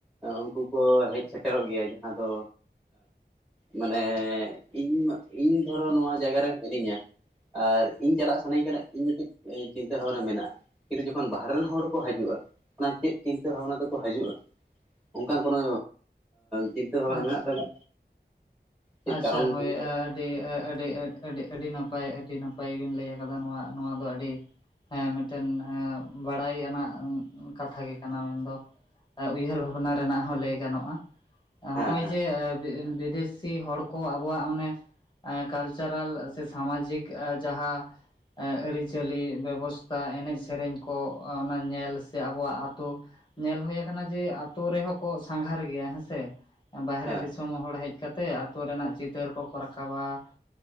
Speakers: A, in the centre; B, on the left.
A: ᱩᱱᱠᱩ ᱠᱚ ᱦᱮᱡ ᱥᱮᱴᱮᱨᱚᱜ ᱜᱮᱭᱟ᱾ ᱫᱚ ᱢᱟᱱᱮ ᱤᱧ ᱤᱧ ᱫᱷᱚᱨᱚ ᱱᱚᱣᱟ ᱡᱟᱭᱜᱟ ᱨᱮ ᱢᱤᱱᱟᱹᱧᱟ᱾ ᱟᱨ ᱤᱧ ᱪᱟᱞᱟᱜ ᱥᱟᱱᱟᱧ ᱠᱟᱱᱟ ᱤᱧ ᱢᱤᱫᱴᱤᱡ ᱪᱤᱱᱛᱟᱹ ᱵᱷᱟᱵᱱᱟ ᱢᱮᱱᱟᱜᱼᱟ᱾ ᱠᱤᱱᱛᱩ ᱡᱚᱠᱷᱚᱱ ᱵᱟᱦᱨᱮ ᱨᱮᱱ ᱦᱚᱲ ᱠᱚ ᱦᱤᱡᱩᱜᱼᱟ, ᱚᱱᱟ ᱪᱮᱫ ᱪᱤᱱᱛᱟᱹ ᱵᱷᱟᱵᱱᱟ ᱛᱮᱠᱚ ᱦᱤᱡᱩᱜᱼᱟ᱾ ᱚᱱᱠᱟᱱ ᱠᱳᱱᱳ ᱪᱤᱱᱛᱟᱹ ᱵᱷᱟᱵᱽᱱᱟ
B: ᱟᱪᱪᱷᱟ
A: ᱢᱮᱱᱟᱜ ᱛᱟᱵᱤᱱᱟ᱾ ᱪᱮᱫ
B: ᱟᱪᱪᱷᱟ
A: ᱠᱟᱨᱚᱱ
B: ᱦᱳᱭ
A: ᱦᱩᱭᱩᱜᱼᱟ
B: ᱟᱨᱼᱼ ᱟᱹᱰᱤ ᱟᱹᱰᱤ ᱟᱹᱰᱤ ᱟᱹᱰᱤ ᱱᱟᱯᱟᱭ ᱟᱹᱰᱤ ᱱᱟᱯᱟᱭᱵᱤᱱ ᱞᱟᱹᱭ ᱟᱠᱟᱫᱟ ᱱᱚᱣᱟ ᱱᱚᱣᱟ ᱫᱚ ᱟᱹᱰᱤᱼᱼ ᱦᱮᱸ ᱢᱤᱫᱴᱮᱱ ᱵᱟᱲᱟᱭ ᱟᱱᱟᱜ ᱠᱟᱛᱷᱟ ᱜᱮ ᱠᱟᱱᱟ ᱢᱮᱱᱫᱚ ᱩᱭᱦᱟᱹᱨ ᱵᱷᱟᱵᱱᱟ ᱨᱮᱱᱟᱜ ᱦᱚᱸ ᱞᱟᱹᱭ ᱜᱟᱱᱚᱜᱼᱟ ᱱᱚᱜᱼᱚᱭ
A: ᱦᱮᱸ ᱦᱮᱸ
B: ᱡᱮ ᱵᱤᱫᱮᱥ ᱥᱤ ᱦᱚᱲ ᱠᱚ ᱟᱵᱚᱣᱟᱜ ᱚᱱᱮ ᱠᱟᱞᱪᱟᱨᱟᱞ ᱥᱮ ᱥᱟᱢᱟᱡᱤᱠ ᱡᱟᱦᱟᱸᱼᱼ ᱟᱹᱨᱤᱪᱟᱹᱞᱤ ᱵᱮᱵᱚᱥᱛᱷᱟ ᱮᱱᱮᱡ ᱥᱮᱨᱮᱧ ᱠᱚ ᱚᱱᱟ ᱧᱮᱞ ᱥᱮ ᱟᱵᱚᱣᱟᱜ ᱟᱹᱛᱩᱼᱼ ᱧᱮᱞ ᱦᱩᱭᱩᱭᱟᱠ ᱡᱮ ᱟᱹᱛᱩ ᱨᱮᱦᱚᱸ ᱠᱚ ᱥᱟᱸᱜᱷᱟᱨ ᱜᱮᱭᱟ ᱦᱮᱸᱥᱮᱼᱼ ᱵᱟᱦᱨᱮ
A: ᱦᱮᱸ
B: ᱫᱤᱥᱚᱢ ᱦᱚᱲ ᱦᱮᱡ ᱠᱟᱛᱮᱫ ᱟᱹᱛᱩ ᱨᱮᱱᱟᱜ ᱪᱤᱛᱟᱹᱨ ᱠᱚᱠᱚ ᱨᱟᱠᱟᱵᱟ᱾